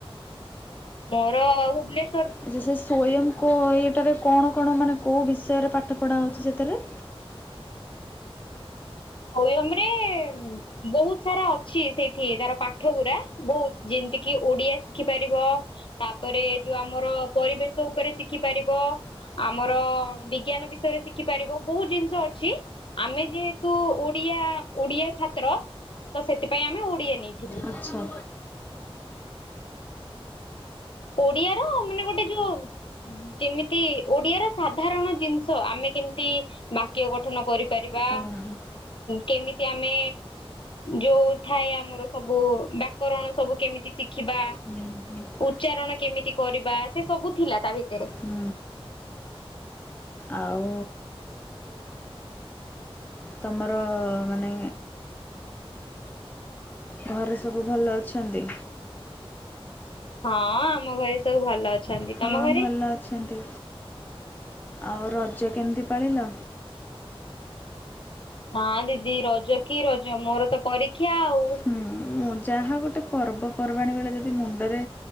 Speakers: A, on the left; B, on the left.
A: ମୋର ଭୁବନେଶ
B: ଆଚ୍ଛା ସେ ସ୍ଵୟଂ କୋ ଇଏଟାରେ କଣ କଣ ମାନେ କୋଉ ବିଷୟରେ ପାଠ ପଢ଼ା ହଉଛି ସେଥେରେ?
A: ସ୍ୱୟଂ ରେ ବହୁତ ସାରା ଅଛି ସେଇଠି ତାର ପାଠ ଗୁରା ବହୁତ ଯେମିତି କିି ଓଡିଆ ଶିଖି ପାରିବ। ତାପରେ ଯୋଉ ଆମର ପରିବେଶ ଉପରେ ଶିଖି ପାରିବ। ଆମର ବିଜ୍ଞାନ ବିଷୟରେ ଶିଖିପାରିବ ବହୁତ ଜିନିଷ ଅଛି ଆମେ ଯେ ତୁ ଓଡିଆ ଓଡିଆ ଛାତ୍ର ତ ସେଥିପାଇଁ ଆମେ ଓଡିଆ ନେଇଥିଲୁ।
B: ଆଚ୍ଛା।
A: ଓଡିଆ ର ମାନେ ଗୋଟେ ଯୋଉ ଯେମିତି ଓଡିଆ ର ସାଧାରଣ ଜିନିଷ ଆମେ କେମିତି ବାକ୍ୟ ଗଠନ କରିପାରିବା।
B: ଓହୋ ହୁଁ
A: କେମିତି ଆମେ ଯୋଉ ଥାଏ ଆମର ସବୁ ବା ବକ୍ୟାରଣ ସବୁ କେମିତି ଶିଖିବା?
B: ହୁଁ ହୁଁ।
A: ଉଚ୍ଚାରଣ କେମିତି କରିବା ସେ ସବୁ ଥିଲା ତା ଭିତରେ।
B: ହୁଁ। ଆଉ ତୁମର ମାନେ ଘରେ ସବୁ ଭଲ ଅଛନ୍ତି?
A: ହଁ ଆମ ଘରେ ସବୁ ଭଲ ଅଛନ୍ତି।
B: ହଁ
A: ତମ ଘରେ?
B: ଭଲ ଅଛନ୍ତି ଆଉ ରଜ କେମିତି ପାଳିଲ?
A: ନା ଦିଦି ରଜ କି ରଜ ମୋର ତ ପରୀକ୍ଷା ଆଉ।
B: ହୁଁ ମୁଁ ଯାହା ଗୋଟେ ପର୍ବପର୍ବାଣୀ ବେଳେ ଯଦି ମୁଣ୍ଡରେ